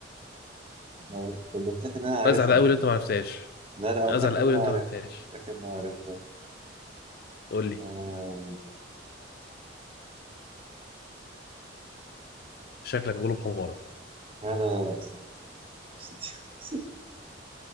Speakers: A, on the right; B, on the left.
A: أنا والله متأكد إن أنا عارفها
B: أزعل أوي لو أنت معرفتهاش
A: لا لا
B: أزعل
A: متأكد
B: أوي
A: إن أنا
B: لو أنت
A: عارفها
B: معرفتهاش
A: متأكد إن أنا عارفها
B: قول لي
A: آه...
B: شكلك غلوب حمارك
A: لا لا لا لا، بس بس دي <laughs>